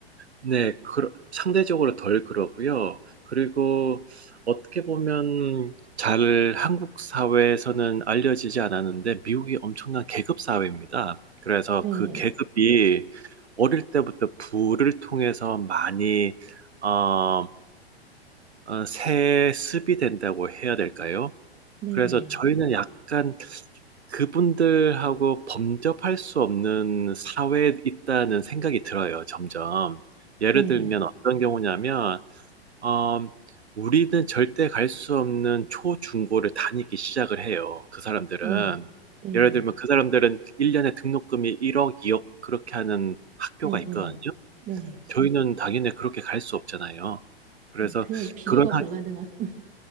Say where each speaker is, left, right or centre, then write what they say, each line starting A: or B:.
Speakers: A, on the right; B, on the right.
A: 네, 그, 상대적으로 덜 그러고요. 그리고 어떻게 보면 잘 한국 사회에서는 알려지지 않았는데 미국이 엄청난 계급 사회입니다. 그래서
B: 네,
A: 그 계급이 어릴 때부터 부를 통해서 많이 어, 어, 세습이 된다고 해야 될까요?
B: 네
A: 그래서
B: 네,
A: 저희는 약간 그분들하고 범접할 수 없는 사회에 있다는 생각이 들어요, 점점. 예를
B: 네,
A: 들면 어떤 경우냐면, 어, 우리는 절대 갈 수 없는 초중고를 다니기 시작을 해요, 그 사람들은.
B: 네, 네,
A: 예를 들면 그 사람들은 1년에 등록금이 1억, 2억 그렇게 하는 학교가
B: 네네,
A: 있거든요.
B: 네, 네.
A: 저희는 당연히 그렇게 갈 수 없잖아요. 그래서
B: 네. 그냥 비교가
A: 그런
B: 불가능한.
A: 학,
B: <laughs>